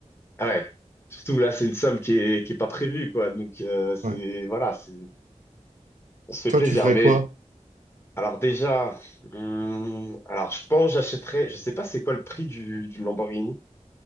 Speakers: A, on the left (about 20°); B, on the right (about 80°).
A: ah ouais. Surtout là, c'est une somme qui est, qui est pas prévue, quoi. Donc, euh, c'est.
B: Ouais.
A: Voilà, c'est. On se fait
B: Toi,
A: plaisir.
B: tu ferais
A: Mais,
B: quoi?
A: alors, déjà. hmm, Alors, je pense que j'achèterais. Je sais pas c'est quoi le prix du, du Lamborghini.